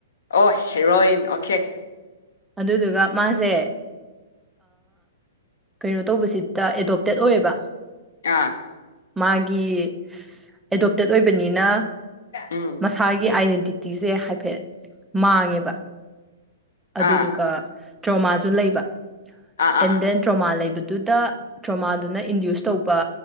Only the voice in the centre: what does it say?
ꯑꯗꯨꯗꯨꯒ ꯃꯥꯁꯦ ꯀꯩꯅꯣ ꯇꯧꯕꯁꯤꯗ ꯑꯦꯗꯣꯞꯇꯦꯠ ꯑꯣꯏꯌꯦꯕ
ꯃꯥꯒꯤ ꯑꯦꯗꯣꯞꯇꯦꯠ ꯑꯣꯏꯕꯅꯤꯅ
ꯃꯁꯥꯒꯤ ꯑꯥꯏꯗꯦꯟ ꯤꯇꯤꯁꯦ ꯍꯥꯏꯐꯦꯠ ꯃꯥꯡꯉꯦꯕ
ꯑꯗꯨꯗꯨꯒ ꯇ꯭ꯔꯣꯃꯥꯁꯨ ꯂꯩꯕ
ꯑꯦꯟ ꯗꯦꯟ ꯇ꯭ꯔꯣꯃꯥ ꯂꯩꯕꯗ ꯑꯗꯨꯗ ꯇ꯭ꯔꯣꯃꯥꯗꯨꯅ ꯏꯟꯗ꯭ꯌꯨꯁ ꯇꯧꯕ